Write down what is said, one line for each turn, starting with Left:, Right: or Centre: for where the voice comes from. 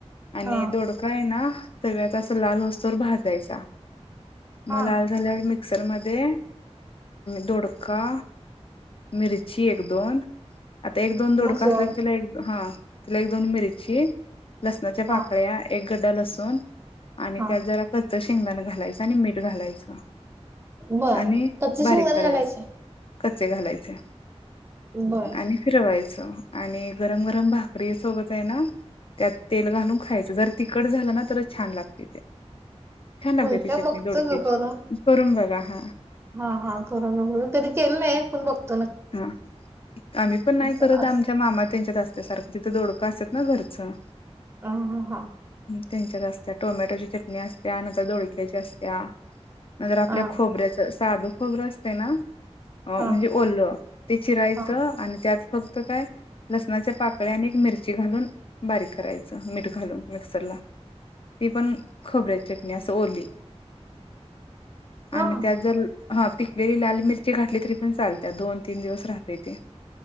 Left: आणि
Right: हा
Left: दोडका आहे ना त्यात अस लाल होसतूर भाजायचा
Right: हा
Left: मग लाल झाल्यावर मिक्सर मध्ये दोडका मिरची एक दोन आता एक दोन दोडका
Right: लसूण
Left: असला क त्याला एक हा त्याला एक दोन मिरची लसणाच्या
Right: हा
Left: पाकळ्या एक गड्डा लसूण आणि
Right: हा
Left: त्यात जरा कच्च शेंगदाणा घालायचं आणि मीठ घालायचं
Right: बर
Left: आणि
Right: कच्चे
Left: बारीक
Right: शेंगदाणे
Left: करायचं
Right: घालायचे
Left: कच्चे घालायचे
Right: बर
Left: आणि फिरवायचं आणि गरम गरम भाकरी सोबतये ना त्यात तेल घालून खायचं जर तिकट झालं ना तरच छान लागती ते छान लागते
Right: होय
Left: ती
Right: का
Left: चटणी
Right: बघतो
Left: दडोडक्याची
Right: ग करून
Left: करून बघा हा
Right: हा हा करून बघून कधी केलं नही <unintelligible>
Left: ह <inaudible> आम्ही पण नाही
Right: असं
Left: करत
Right: अस
Left: आमच्या मामा त्यांच्यात असते सारखा तिथं दोडकां असत ना घरचं
Right: ह हां हां
Left: त्यांच्यात असत्या टोमॅटोची चटणी असत्या नंतर दोडक्याची असत्या नंतर आपल्या
Right: हा
Left: खोबऱ्याच साधं खोबरं असतं ना अ
Right: हा
Left: म्हणजे ओलं ते चीरायचं
Right: हा हा
Left: आणि त्यात फक्त काय लसणाच्या पाकळ्या आणि एक मिरची घालून बारीक करायचं मीठ घालून मिक्सरला ती पण खोबऱ्याची चटणी असं ओली आणि
Right: हा
Left: त्यात जर हा पिकलेली लाल मिरची घातली तरी पण चालत्या दोन तीन दिवस राहते ते